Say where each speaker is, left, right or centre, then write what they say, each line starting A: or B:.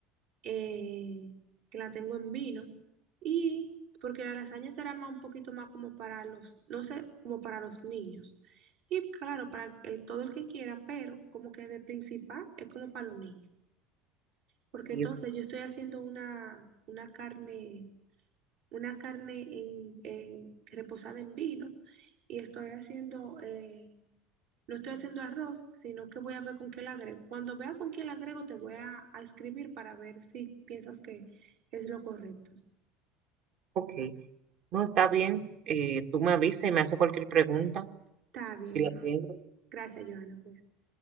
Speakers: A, on the right; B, on the right.
A: eh, que la tengo en vino. Y porque la lasaña será más un poquito más como para los, no sé, como para los niños. Y claro, para el, todo el que quiera, pero como que de principal es como para los niños. Porque
B: Sí,
A: entonces yo estoy haciendo una, una carne una carne en- en- reposada en vino y estoy haciendo, eh, no estoy haciendo arroz, sino que voy a ver con qué la agrego. Cuando vea con qué la agrego, te voy a, a escribir para ver si piensas que es lo correcto.
B: ok, no está bien, eh, tú me avisas y me haces cualquier pregunta,
A: Está bien.
B: si la tienes.
A: Gracias, Johanna. Cuídate.